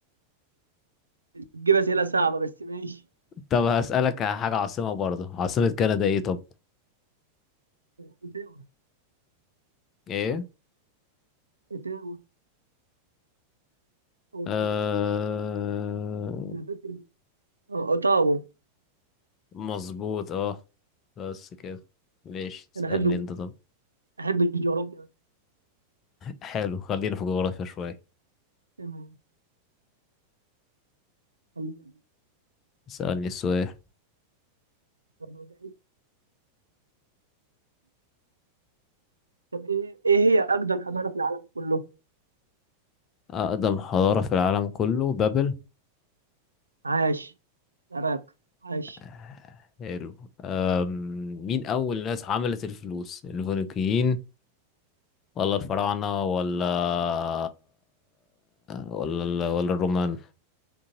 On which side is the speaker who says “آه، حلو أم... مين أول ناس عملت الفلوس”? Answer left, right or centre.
Left